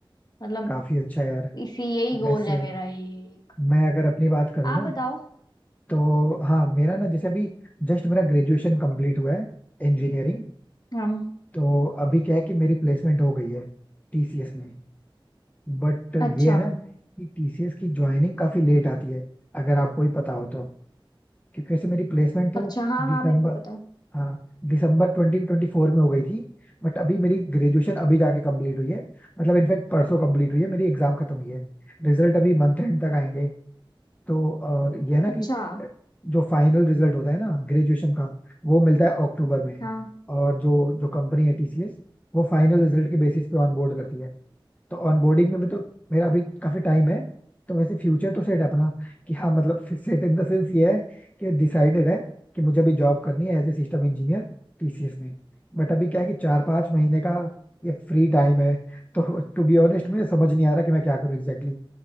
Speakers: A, on the left (about 50°); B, on the left (about 15°).
A: मतलब
B: काफी अच्छा यार
A: इसी यही गोल
B: वैसे
A: है मेरा ये एक
B: मैं अगर अपनी बात करूँ
A: आप
B: ना
A: बताओ
B: तो हाँ मेरा ना जैसे अभी जस्ट मेरा ग्रेजुएशन कंप्लीट हुआ है इंजीनियरिंग
A: हम
B: तो अभी क्या है कि मेरी प्लेसमेंट हो गई है टीसीएस में बट
A: अच्छा
B: ये है ना कि टीसीएस की ज्वाइनिंग काफी लेट आती है अगर आपको ही पता हो तो क्योंकि वैसे मेरी प्लेसमेंट तो
A: अच्छा हाँ हाँ
B: दिसंबर
A: मेरे को पता है
B: हाँ दिसंबर ट्वेंटी ट्वेंटी फोर में हो गई थी बट अभी मेरी ग्रेजुएशन अभी जाके कंप्लीट हुई है मतलब इनफैक्ट परसों कंप्लीट हुई है मेरी एग्जाम खत्म हुई है रिजल्ट अभी मंथ एंड तक आएंगे तो और ये है ना
A: अच्छा
B: कि जो फाइनल रिजल्ट होता है ना ग्रेजुएशन का वो मिलता है अक्टूबर में
A: हाँ
B: और जो जो कंपनी है टीसीएस वो फाइनल रिजल्ट के बेसिस पे ऑनबोर्ड करती है तो ऑनबोर्डिंग में भी तो मेरा अभी काफी टाइम है तो वैसे फ्यूचर तो सेट है अपना कि हाँ मतलब <laughs> सेट इन द सेंस ये है कि डिसाइडेड है कि मुझे अभी जॉब करनी है as a system engineer TCS में बट अभी क्या है कि चार पांच महीने का ये फ्री टाइम है तो <laughs> टू बी ऑनेस्ट मुझे समझ नहीं आ रहा कि मैं क्या करूँ एग्जैक्टली